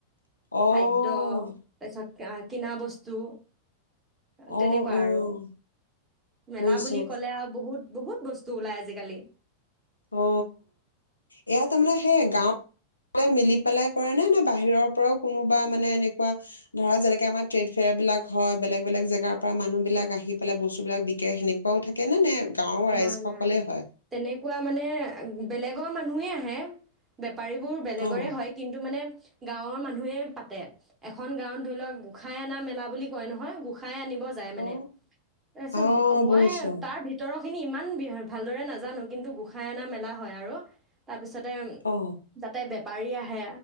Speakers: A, on the left; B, on the right.
A: অ',
B: খাদ্য পেচাক কিনা বস্তু তেনেকুৱা
A: অ', অ',
B: আৰু মেলা
A: বুজিছো
B: বুলি ক'লে আৰু বহুত বহুত বস্তু ওলাই আজিকালি
A: অ এয়া তামানে সেই গাও মিলি পেলাই কৰা নে নে বাহিৰৰ পৰাও কোনোবা মানে এনেকুৱা ধৰা যেনেকে আমাৰ ট্ৰেড ফেয়াৰ বিলাক হয় বেলেগ বেলেগ জেগাৰ পৰা মানুহ বিলাক আহি পেলাই বস্তু বিিলাক বিকে সেনেকুৱাও থাকে নে নে গাঁৱৰ ৰাইজসকলে
B: নাই নাই
A: হয়
B: তেনেকুৱা ব মানে বেলেগৰ মানুহেই আহে পাৰিবোৰ বেলেগৰে
A: অ
B: হয় কিন্তু মানে গাঁৱৰ মানুহে পাতে এখন গাঁৱত ধৰি লওক গোঁসাই অনা মেলা বুলি কয় নহয় গোসাই আন মানে
A: অ
B: তাৰিত
A: অ
B: মই
A: বুজিছো
B: তাৰ ভিত ইমান ভালদৰে নাজানো কিন্তু গোসাই অনা মেলা হয় আৰু তাৰ পিছত তাৰপিছতে
A: অ
B: যাতে পাৰি আহে